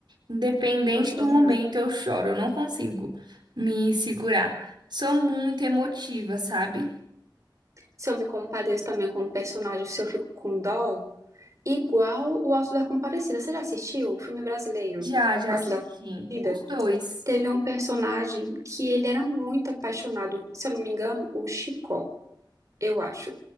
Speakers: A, on the right (about 65°); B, on the right (about 40°).
A: Independente
B: eu choro
A: do momento,
B: muito.
A: eu choro. Eu não consigo me segurar. Sou muito emotiva, sabe?
B: Se eu me compadeço também com o personagem, se eu fico com dó, igual o Auto da Compadecida. Você já assistiu o filme brasileiro,
A: Já, já
B: Auto
A: assisti.
B: da Compadecida?
A: Os dois.
B: Teve um personagem que ele era muito apaixonado, se eu não me engano, o Chicó, eu acho.